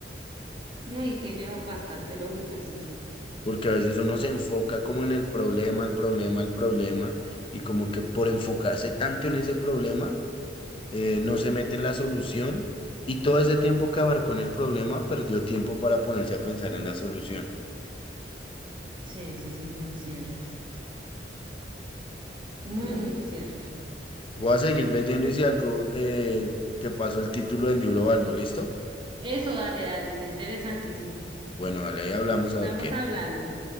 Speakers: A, on the right; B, on the left.
A: No, y tiene bastante lógica, sí.
B: porque a veces uno se enfoca como en el problema, el problema, el problema, y como que por enfocarse tanto en ese problema, eh, no se mete en la solución, y todo ese tiempo que abarcó en el problema, perdió tiempo para ponerse a pensar en la solución.
A: Sí, eso sí es muy cierto. Muy,
B: Bueno,
A: muy cierto.
B: voy a seguir leyendo y si algo eh, te paso el título del libro o algo, ¿listo?
A: Eso, dale, dale, está interesantísimo.
B: Bueno, dale, ahí hablamos a
A: Estamos
B: ver qué.
A: hablando.